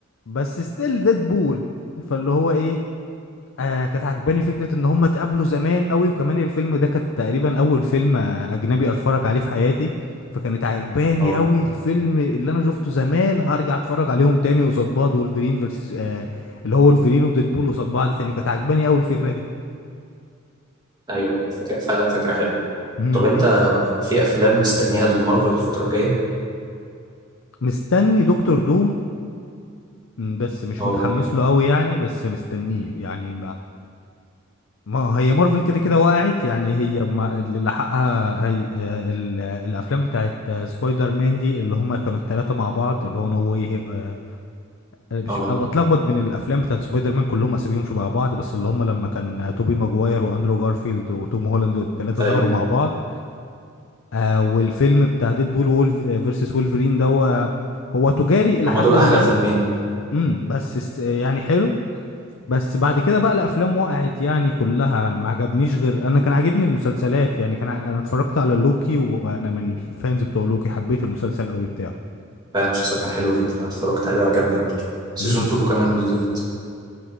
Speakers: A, on the left (about 65°); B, on the right (about 20°).
A: بس ستيل ديدبول فاللي هو ايه آه كانت عجباني فكرة ان هم اتقابلوا زمان قوي وكمان الفيلم ده كان تقريبا اول فيلم آه، اجنبي اتفرج عليه في حياتي فكانت عجباني
B: اه
A: قوي الفيلم اللي انا شفته زمان هرجع اتفرج عليهم تاني قصاد بعض وولفرين versus آه اللي هو ولفرين وديدبول قصاد بعض تاني كانت عجباني قوي الفكرة دي
B: ايوه فكرة فعلا فكرة حلوة
A: امم
B: طب انت
A: إيه؟
B: في افلام مستنيها لمارفل الفترة الجاية
A: مستني دكتور دوم مم، بس مش
B: اه
A: متحمس له قوي يعني بس مستنيه يعني ما هي مارفل كده كده وقعت يعني هي ما اللي لحقها هي آه، ال- آه، الافلام بتاعت آه، سبايدر مان دي اللي هم كانوا الثلاثه مع بعض اللي هو نو واي آه، آه، مش
B: اه
A: انا بتلخبط بين الافلام بتاعت سبايدر مان كلهم اساميهم شبه بعض بس اللي هم لما كان آه، توبي ماجواير واندرو جارفيلد وتوم هولاند والثلاثه
B: ايوه
A: ظهروا مع بعض آه، والفيلم بتاع ديدبول وولف فيرسس وولفرين ده هو هو تجاري الى
B: هما
A: حد
B: دول احلى
A: ما
B: فيلمين
A: امم بس است- يعني حلو بس بعد كده بقى الافلام وقعت يعني كلها ما عجبنيش غير انا كان عاجبني المسلسلات يعني كان ع- انا اتفرجت على لوكي وانا من الفانز بتوع لوكي حبيت المسلسل قوي بتاعه
B: فعلا المسلسل كان حلو جدا انا اتفرجت عليه وعجبني برضه سيزون
A: امم
B: 2 كمان بالذات